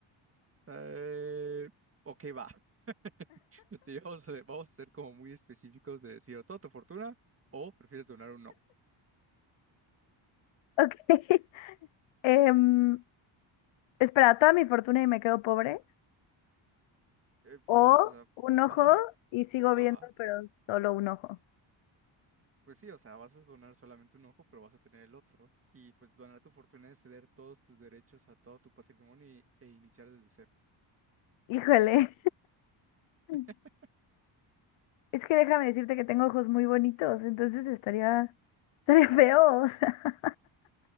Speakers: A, on the right; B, on the left.
A: Eh, ok, va. <laughs> Sí, vamos a, vamos a ser como muy específicos de decir o toda tu fortuna o prefieres donar un ojo.
B: Ok. <laughs> Em, espera, toda mi fortuna y me quedo pobre.
A: Eh,
B: O
A: pues, o sea,
B: un ojo
A: vas a... re-
B: y sigo
A: Ajá.
B: viendo, pero solo un ojo.
A: Pues sí, o sea, vas a donar solamente un ojo, pero vas a tener el otro. Y pues donar tu fortuna es ceder todos tus derechos a todo tu patrimonio y- e iniciar desde cero.
B: Híjole. <laughs>
A: <laughs>
B: Es que déjame decirte que tengo ojos muy bonitos, entonces estaría, estaría feo. <laughs> o sea,